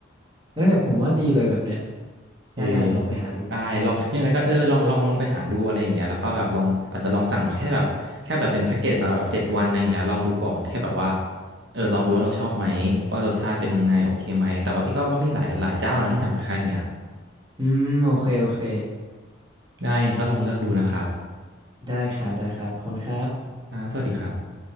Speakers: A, on the right; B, on the right.
A: เออแบบผมว่าดีเลยแบบเนี้ย
B: เออ
A: ได้ได้ผมลองไปหาดู
B: ได้ลองยังไงก็เออลองลองลองไปหาดูอะไรอย่างเงี้ยแล้วก็แบบลองอาจจะลองสั่งมาแค่แบบแค่แบบเป็นแพ็กเกจสำหรับแบบเจ็ดวันอะไรอย่างเงี้ยลองดูก่อนแค่แบบว่าเออลองดูว่าเราชอบไหมว่ารสชาติเป็นยังไงโอเคไหมแต่ว่าพี่ก็ก็มีหลายหลายเจ้านะที่ทำคล้ายๆอย่างเงี้ย
A: อืมโอเคโอเค
B: ได้ยังไงก็ลองเลือกดูนะครับ
A: ได้ครับได้ครับขอบคุณครับ
B: อ่าสวัสดีครับ